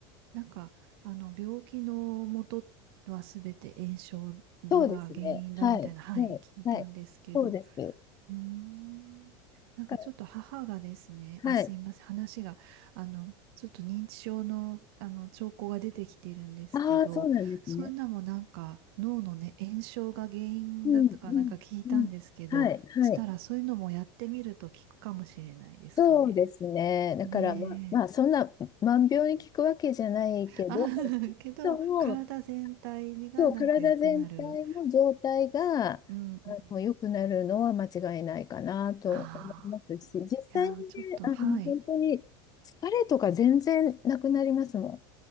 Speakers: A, on the right; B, on the left.
A: なんか、あの、病気の元はすべて炎症が原因だみたいな、
B: そうですね。はい。
A: はい、
B: はい。
A: 聞いたんですけど、
B: はい。そうです。だ
A: うーんなんかちょっと母がですね、
B: から
A: あ、
B: はい。
A: すいません、話が、あの、ちょっと認知症の、あの、兆候が出てきてるんですけど、
B: ああ、そうなんですね。
A: そういうのもなんか脳のね、炎症が原因だとかなんか聞いたんですけど、
B: うん、うん、うん。はい、はい。
A: したらそういうのもやってみると効くかもしれないですかね。
B: そうですね。だから、
A: ね
B: ま、まあ、そんな万病に効くわけじゃないけど、
A: え。あ、<laughs> けど、
B: そも
A: 体全体がなんか良くなる。
B: そう、体全体の状態が、あ
A: うんうん。
B: の、良くなるのは間違いないかなと思いますし、
A: ああ、
B: 実際にね、
A: いやー、ちょっと、
B: あの、
A: はい。
B: 本当に疲れとか全然なくなりますもん。